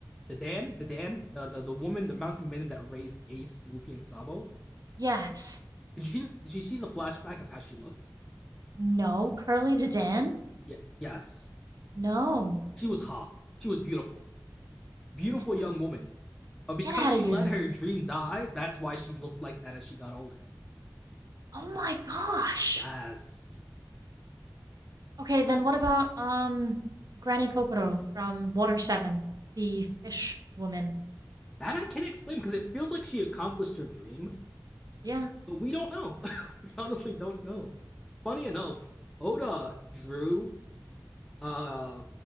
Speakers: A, in the centre; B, on the right.
A: The Dan? The Dan? The the, the woman, the mountain maiden that raised Ace, Luffy, and Sabo?
B: Yes.
A: Did you did you see the flashback of how she looked?
B: No, Curly Dedan?
A: Yeah, yes.
B: No.
A: She was hot. She was beautiful. Beautiful
B: Get
A: young
B: the
A: woman But because
B: get out
A: she
B: of here.
A: let her dream die, that's why she looked like that as she got older.
B: Oh my gosh.
A: Yes.
B: Okay, then what about um Granny Kokoro from Water 7, the fish woman?
A: That I can't explain because it feels like she accomplished her dream,
B: Yeah.
A: but we don't know. <laughs> we honestly don't know. Funny enough, Oda drew uh